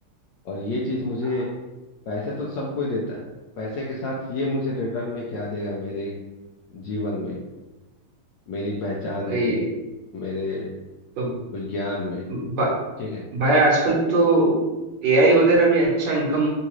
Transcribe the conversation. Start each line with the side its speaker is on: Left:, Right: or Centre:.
Left: और ये चीज़ मुझे
Right: हाँ,
Left: पैसे तो सब कोई देता है पैसे के साथ ये मुझे रिटर्न में क्या देगा मेरे जीवन में मेरी पहचान
Right: सही
Left: में
Right: है
Left: मेरे
Right: तो
Left: कोई ज्ञान में
Right: ब-
Left: ठीक है
Right: भाई आजकल तो एआई वगैरह भी अच्छा इनकम